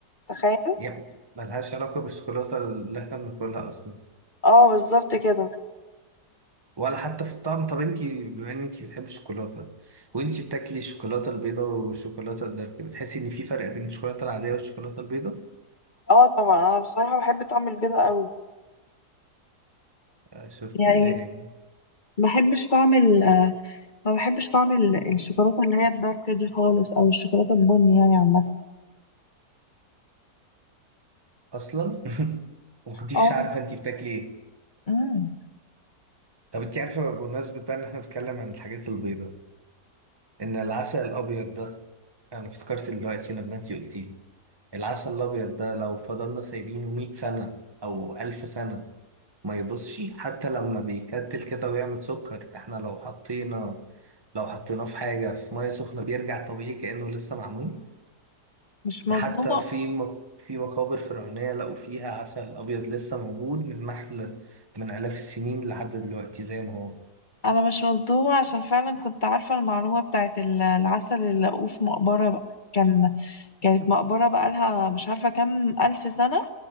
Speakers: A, on the left (about 30°); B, on the right (about 15°).
A: تخيل
B: يعني ملهاش علاقه بالشوكولاته اللي احنا بناكلها اصلا
A: اه بالظبط كده
B: ولا حتى في الطعم طب انتي بما ان انتي بتحبي الشوكولاته وانتي بتاكلي الشوكولاته البيضاء والشوكولاته الدارك بتحسي ان في فرق بين الشوكولاته العاديه والشوكولاته البيضاء
A: اه طبعا انا بصراحة بحب طعم البيضة قوي
B: آه، شفتي
A: يعني
B: يعني
A: ما بحبش طعم ال- ما بحبش طعم ال- الشوكولاتة اللي هي الدارك دي خالص او الشوكولاتة البني يعني عامة
B: اصلا <laughs> وما كنتيش
A: اه
B: عارفه انتي بتاكلي ايه
A: امم
B: طب انتي عارفه بمناسبه بقى ان احنا بنتكلم عن الحاجات البيضاء ان العسل الابيض ده انا افتكرت دلوقتي لما انتي قلتيه العسل الأبيض ده لو فضلنا سايبينه مية سنة أو ألف سنة ما يبصش حتى لما بيكتل كده ويعمل سكر احنا لو حطينا لو حطيناه في حاجة في مية سخنة بيرجع طبيعي كأنه لسه معمول
A: مش مصدومة
B: ده حتى في م... في مقابر فرعونية لقوا فيها عسل أبيض لسه موجود من نحل من آلاف السنين لحد دلوقتي زي ما هو
A: انا مش مصدومة عشان فعلا كنت عارفة المعلومة بتاعت ال- العسل اللي لقوه في مقبرة بقى كان كانت مقبرة بقالها مش عارفة كام ألف سنة